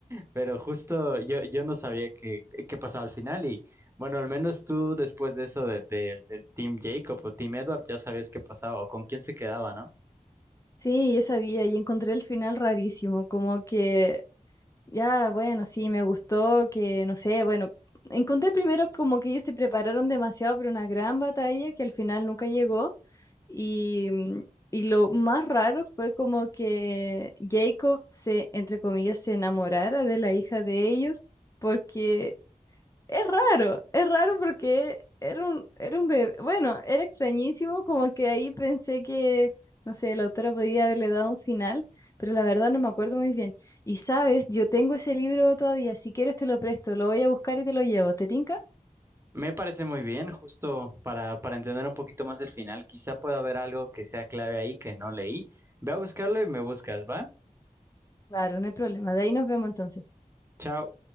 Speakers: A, on the right; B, on the left.
A: pero justo yo, yo no sabía qué, qué pasaba al final y bueno, al menos tú después de eso de- de- del Team Jacob o Team Edward ya sabías qué pasaba o con quién se quedaba, ¿no?
B: Sí, yo sabía y encontré el final rarísimo, como que Ya, bueno, sí, me gustó que, no sé, bueno, encontré primero como que ellos se prepararon demasiado para una gran batalla que al final nunca llegó. Y, mm, y lo más raro fue como que Jacob se, entre comillas, se enamorara de la hija de ellos, porque es raro, es raro porque era un, era un bebé. Bueno, era extrañísimo, como que ahí pensé que, no sé, la autora podía haberle dado un final, pero la verdad no me acuerdo muy bien. Y sabes, yo tengo ese libro todavía, si quieres te lo presto, lo voy a buscar y te lo llevo. ¿Te tinca?
A: Me parece muy bien, justo para, para entender un poquito más el final. Quizá pueda haber algo que sea clave ahí que no leí. Ve a buscarlo y me buscas, ¿va?
B: Claro, no hay problema. De ahí nos vemos entonces.
A: Chao.